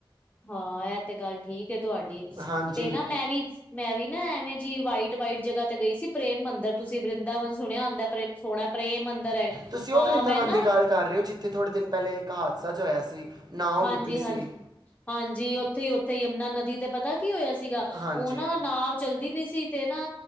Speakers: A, on the left (about 15°); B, on the right (about 50°).
A: ਹਾਂ ਇਹ ਤੇ ਗੱਲ ਠੀਕ ਹੈ ਤੁਹਾਡੀ
B: ਹਾਂਜੀ
A: ਤੇ ਨਾ ਮੈਂ ਵੀ ਮੈਂ ਵੀ ਨਾ ਐਵੇਂ ਜੀ ਵਾਈਟ ਵਾਈਟ ਜਗ੍ਹਾ ਤੇ ਗਈ ਸੀ ਪ੍ਰੇਮ ਮੰਦਿਰ ਤੁਸੀਂ ਵਰਿੰਦਾਵਨ ਸੁਣਿਆ ਆਉਦਾ ਪ੍ਰੇ ਸੋਹਣਾ ਪ੍ਰੇਮ ਮੰਦਰ ਹੈਗਾ
B: ਤੁਸੀਂ ਉਹ
A: ਹਾਂ
B: ਵਰਿੰਦਾਵਨ
A: ਮੈਂ ਨਾ
B: ਦੀ ਗੱਲ ਕਰ ਰਹੇ ਹੋ ਜਿੱਥੇ ਥੋੜੇ ਦਿਨ ਪਹਿਲੇ ਇੱਕ ਹਾਦਸਾ ਜਿਆ ਹੋਇਆ ਸੀ ਨਾਉ
A: ਹਾਂਜੀ
B: ਡੁੱਬੀ
A: ਹਾਂਜੀ
B: ਸੀ
A: ਹਾਂਜੀ ਉੱਥੇ ਹੀ ਉੱਥੇ ਯਮੁਨਾ ਨਦੀ ਤੇ ਪਤਾ ਕੀ ਹੋਇਆ ਸੀਗਾ
B: ਹਾਂਜੀ।
A: ਉਹ ਨਾ ਨਾਪ ਚੱਲਦੀ ਪਈ ਸੀ ਤੇ ਨਾ